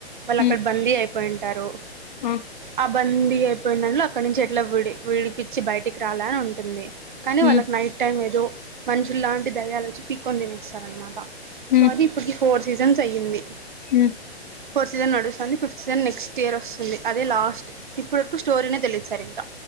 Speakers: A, on the right; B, on the left.
A: వాళ్ళు
B: ఉమ్
A: అక్కడ బందీ అయిపోయింటారు
B: ఆ
A: ఆ బందీ పోయినల్లో అక్కడ నుంచి ఎట్లా విడి విడిపించి బయటికి రాల ఉంటుంది కానీ వాళ్ళకి
B: ఉమ్
A: నైట్ టైం ఏదో మనుషులు లాంటి దెయ్యాలు వచ్చి పిక్కొని తినేస్తారు అనమాట సో
B: ఉమ్
A: అది ఇప్పటికి ఫోర్స్ సీజన్స్ అయ్యింది
B: ఉమ్
A: ఫోర్త్ సీజన్ నడుస్తుంది ఫిఫ్త్ సీజన్ నెక్స్ట్ ఇయర్ వస్తుంది అదే లాస్ట్ ఇప్పటి వరకు స్టోరీనే తెలిదు సరిగ్గ